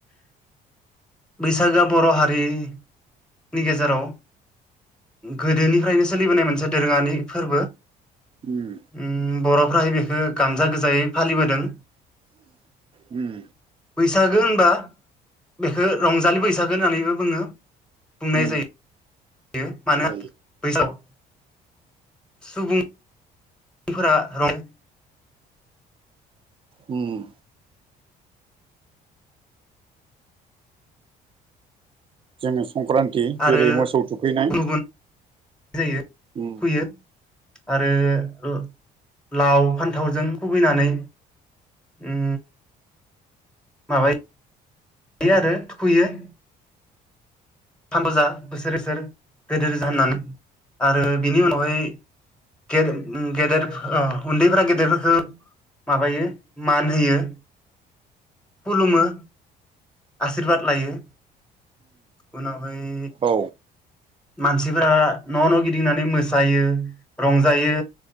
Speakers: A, in the centre; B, on the right.
A: बैसागोआ बर' हारिनि गेजेराव गोदोनिफ्रायनो सोलिबोनाय मोनसे दोरोङानि फोरबो।
B: उम
A: उम बर'फ्राहाय बेखो गानजा गोजायै फालिबोदों।
B: उम।
A: बैसागो होनबा बेखौ रंजालि बैसागो होननानैबो बुङो बुंनाय
B: उम
A: जायो। यो मानो
B: जायो
A: बैसागो सुबुं फोरा रं
B: उम। जोङो संक्रान्ति जेरै
A: आरो
B: मोसौ थुखैनाय
A: गुबुन जायो
B: उम
A: फैयो आरो लाव फान्थावजों खुबैनानै उम माबायो आरो थुखुयो। फानबाजा बोसोर- बोसोर गेदेरजा होननानै आरो बेनि उनावहाय गेद उम गेदेर ओ उन्दैफोरा गेदेरफोरखो माबायो मान होयो। खुलुमो आसिरबाद लायो। उनावहाय
B: औ
A: मानसिफोरा न' न' गिदिंनानै मोसायो रंजायो